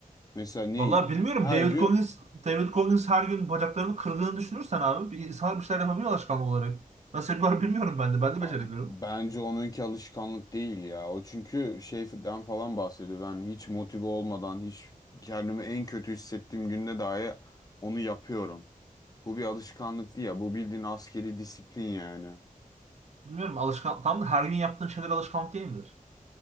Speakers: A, on the left (about 25°); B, on the right (about 50°).
A: mesela neyi
B: Vallahi bilmiyorum.
A: her
B: David
A: gün
B: Goggins, David Goggins her gün bacaklarını kırdığını düşünürsen abi bir insanlar bir şeyler yapabiliyor alışkanlık olarak. Nasıl yapıyorlar bilmiyorum ben de. Ben de
A: A-
B: beceremiyorum.
A: Bence onunki alışkanlık değil ya. O çünkü şeyden falan bahsediyor. Ben hiç motive olmadan, hiç kendimi en kötü hissettiğim günde dahi onu yapıyorum. Bu bir alışkanlık değil ya. Bu bildiğin askeri disiplin yani.
B: Bilmiyorum alışkan tam da her gün yaptığın şeyler alışkanlık değil midir?